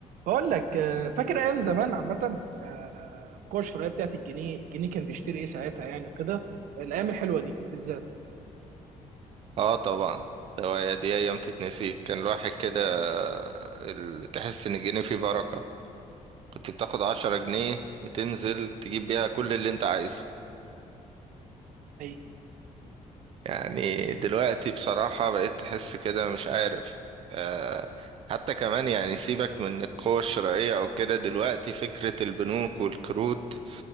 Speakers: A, on the right (about 80°); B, on the right (about 45°).
A: بقول لك آه، فاكر ايام زمان عامه آه، القوه الشرائيه بتاعت الجنيه الجنيه كان بيشتري ايه ساعتها يعني وكده الايام الحلوه دي بالذات
B: اه طبعا ده هو- دي ايام تتنسي كان الواحد كده ال- تحس ان الجنيه فيه بركة كنت بتاخد عشرة جنيه وتنزل تجيب بيها كل اللي انت عايزه
A: حقيقي
B: يعني دلوقتي بصراحة بقيت تحس كده مش عارف آه حتى كمان يعني سيبك من القوة الشرائية او كده دلوقتي فكرة البنوك والكروت